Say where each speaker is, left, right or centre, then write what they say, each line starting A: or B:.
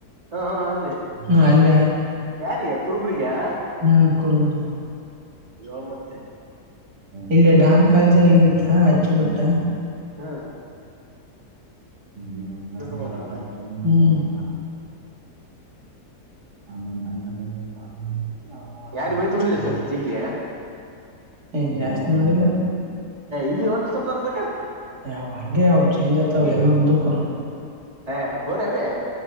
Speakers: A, on the right (about 20°); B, on the right (about 70°).
A: ಹಾ ಹಾ ಅಲ್ಲೇ
B: ಹ್ಮ್ ಅಲ್ಲಿ
A: ಯಾರಿಯ ಕುರ್ಬು್ರಿಯ <unintelligible>
B: ಹ್ಮ ಕುರ್ಬುರಿ
A: <unintelligible> ಮತ್ತೆ
B: ಇಲ್ಲ ಡಾನ್ ಕಾಜಾ ಇತ್ತ ಹಚ್ಚಿ ಬಿಿಟ್ಟ
A: ಹ್ಮ
B: <unintelligible>
A: ನೋಡ
B: ಹು <unintelligible> <unintelligible>
A: ಯಾರಿ ಮೈ ತುಂಬ್ಲಿಲ್ಲ ಸರ್ ಜಗ್ಗಿ
B: ಏ ಜಾಸ್ತಿ ನೋಡಿಲಾ
A: ಇಲ್ಲಿ ಒಂದು ಸಂದಾರದಕ್ಕ <unintelligible>
B: ಯಾವ್ ಹಂಗೆ ಯಾವ್ ಚೇಂಜ್ ಆಯತಾವ್ ಎಲ್ಲಾ ಮುದುಕರು
A: ಹ ಒಬ್ಬರ ಅದೇ